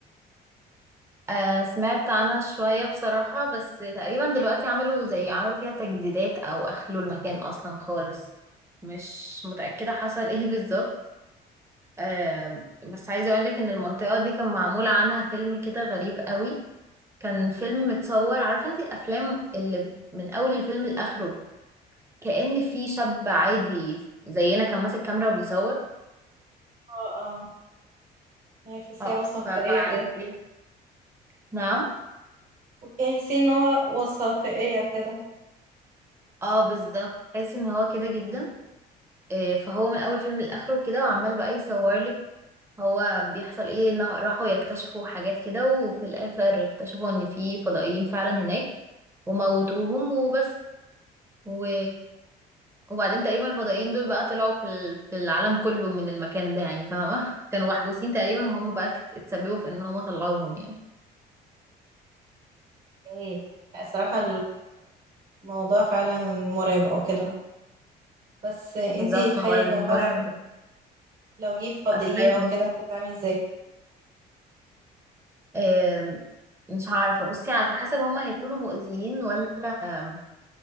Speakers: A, on the right (about 15°); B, on the right (about 55°).
A: آه سمعت عنها شوية بصراحة بس تقريبا دلوقتي عملوا زي عملوا فيها تجديدات او اخلوا المكان اصلا خالص مش متأكدة حصل ايه بالظبط آم، بس عايزة اقولك ان المنطقة دي كان معمول عنها فيلم كده غريب قوي كان فيلم متصور عارفة انت الافلام اللي من اول الفيلم لاخره كأن في شاب عادي زينا كان ماسك كاميرا وبيصور
B: اه اه هي تحسيها
A: اه
B: وثائقية
A: فبعدين
B: كده
A: نعم
B: وجاهزين ان هو وثائقية كده
A: اه بالظبط تحسي ان هو كده جدا آه، فهو من اول فيلم لاخره كده وعمال بقى يصور لك هو بيحصل ايه إن راحوا يكتشفوا حاجات كده وفي الاخر اكتشفوا ان في فضائيين فعلا هناك وموتوهم وبس و... وبعدين تقريبا الفضائيين دول بقى طلعوا في ال- في العالم كله من المكان ده يعني فاهمة <laughs> كانوا محبوسين تقريبا وهم بقى كت- اتسببوا في ان هم طلعوهم يعني
B: ايه صراحة الموضوع فعلا مرعب او كده بس انتي
A: بالظبط
B: تخيلي
A: هو المرعب
B: لو حصل لو جه فضائيين
A: اتخيل
B: او
A: ايه
B: كده هتتعاملي ازاي
A: آم، مش عارفة بصي على حسب هم هيكونوا مؤذيين ولا آم،